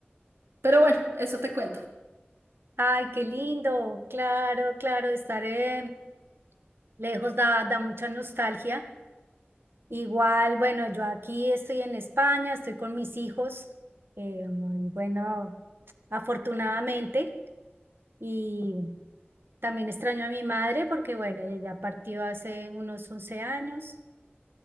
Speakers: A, on the right; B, on the right.
A: Pero bueno, eso te cuento.
B: Ay, qué lindo, claro, claro, estar eh, lejos da, da mucha nostalgia. Igual, bueno, yo aquí estoy en España, estoy con mis hijos, eh, muy bueno, afortunadamente, y también extraño a mi madre porque, bueno, ella ya partió hace unos 11 años